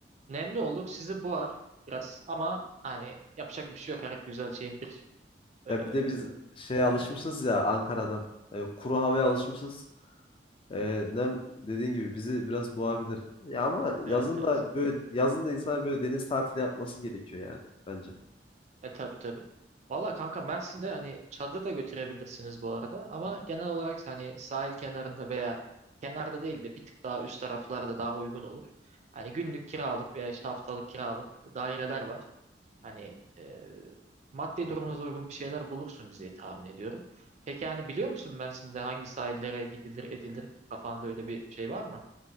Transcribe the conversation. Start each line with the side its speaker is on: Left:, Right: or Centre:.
Right: nemli olur. Sizi boğar biraz ama hani yapacak bir şey yok. Her güzel şeyin bir eee,
Left: Ya bir de biz şeye alışmışız
Right: yani.
Left: ya Ankara'dan. E, kuru havaya alışmışız.
Right: <laughs>
Left: E, nem dediğin gibi bizi biraz boğabilir. Ya ama yazın
Right: Evet evet.
Left: da böyle yazın da insana böyle deniz tatili yapması gerekiyor yani bence.
Right: E tabi tabi. Valla kanka Mersin'de hani çadır da götürebilirsiniz bu arada. Ama genel olarak hani sahil kenarında veya kenarda değil de bir tık daha üst taraflarda daha uygun olur. Hani günlük kiralık veya işte haftalık kiralık daireler var. Hani e, maddi durumunuza uygun bir şeyler bulursunuz diye tahmin ediyorum. Peki hani biliyor musun Mersin'de hangi sahillere gidilir edilir? Kafanda öyle bir şey var mı?